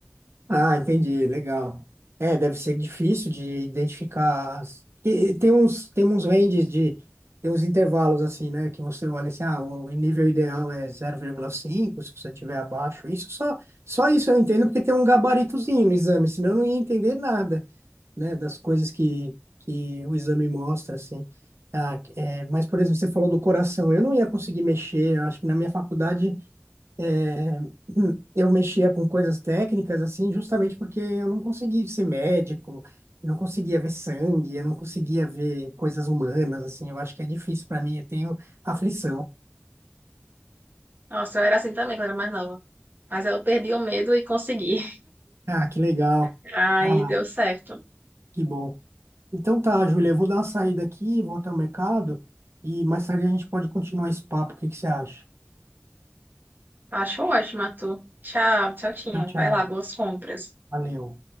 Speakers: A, on the right (about 75°); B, on the right (about 45°).
A: ah, entendi, legal. É, deve ser difícil de identificar. as- e- Tem uns, tem uns ranges de, tem uns intervalos assim, né? Que você olha assim, ah, o nível ideal é zero vírgula cinco, se você tiver abaixo. Isso só, só isso eu entendo porque tem um gabaritozinho no exame, senão eu não ia entender nada, né? Das coisas que, que o exame mostra, assim. Ah, é, mas, por exemplo, você falou do coração. Eu não ia conseguir mexer. Acho que na minha faculdade É, <clears throat> eu mexia com coisas técnicas, assim, justamente porque eu não conseguia ser médico, eu não conseguia ver sangue, eu não conseguia ver coisas humanas, assim, eu acho que é difícil para mim, eu tenho aflição.
B: Nossa, eu era assim também quando eu era mais nova. Mas eu perdi o medo e consegui.
A: Ah, que legal.
B: <laughs> Aí
A: Ah,
B: deu certo.
A: que bom. Então tá, Júlia, eu vou dar uma saída aqui, vou até o mercado e mais tarde a gente pode continuar esse papo, o que que você acha?
B: Acho ótimo, Arthur. Tchau, tchau, tinha.
A: Tchau, tchau.
B: Vai lá, boas compras.
A: Valeu.